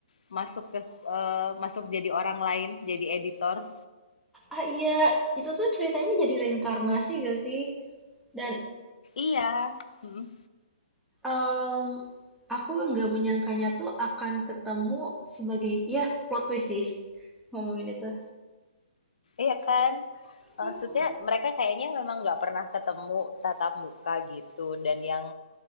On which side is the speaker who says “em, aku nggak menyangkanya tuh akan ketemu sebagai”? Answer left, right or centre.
Centre